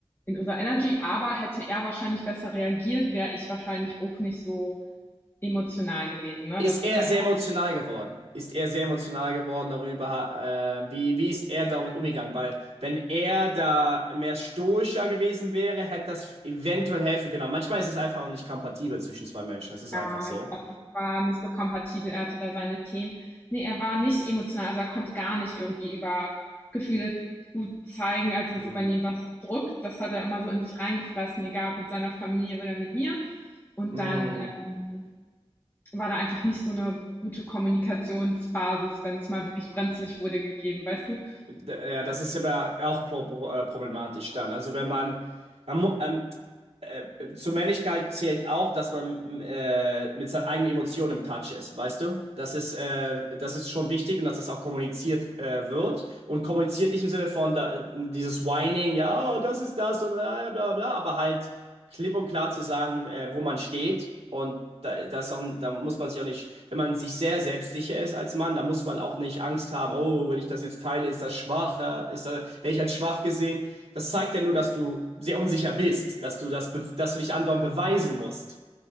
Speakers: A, on the left; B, on the right.
A: in unserer Energy, aber hätte er wahrscheinlich besser reagiert, wäre ich wahrscheinlich auch nicht so emotional gewesen. Ne?
B: Ist
A: Das ist
B: er
A: halt,
B: sehr emotional geworden? Ist er sehr emotional geworden darüber, äh, wie, wie ist er damit umgegangen? Weil wenn er da mehr stoischer gewesen wäre, hätte das eventuell helfen können. Aber manchmal ist es einfach auch nicht kompatibel zwischen zwei Menschen. Das ist einfach
A: ja,
B: so.
A: ich glaub, ich war nicht so kompatibel, er hatte da seine Themen. Nee, er war nicht emotional, also er konnte gar nicht irgendwie über Gefühle gut zeigen. Also
B: Hm.
A: so, wenn ihm was bedrückt, das hat er immer so in sich reingefressen, egal ob mit seiner Familie oder mit mir. Und
B: Hm.
A: dann ähm, war da einfach nicht so eine gute Kommunikationsbasis, wenn es mal wirklich brenzlig wurde, gegeben, weißt du?
B: D- Ja, das ist aber auch pro, pro- äh, problematisch dann. Also wenn man, man mu- ähm, äh, äh, zur Männlichkeit zählt auch, dass man äh, mit seinen eigenen Emotionen im Touch ist, weißt du? Das ist, äh, das ist schon wichtig und dass das auch kommuniziert äh, wird. Und kommuniziert nicht im Sinne von da, dieses Whining, ja, oh, das ist das und äh, bla bla bla, aber halt klipp und klar zu sagen, äh, wo man steht. Und da, das ist auch, da muss man sich auch nicht, wenn man sich sehr selbstsicher ist als Mann, da muss man auch nicht Angst haben, oh, wenn ich das jetzt teile, ist das schwach, ja? Ist da, werde ich als schwach gesehen? Das zeigt ja nur, dass du sehr unsicher bist, dass du das, dass du dich anderen beweisen musst.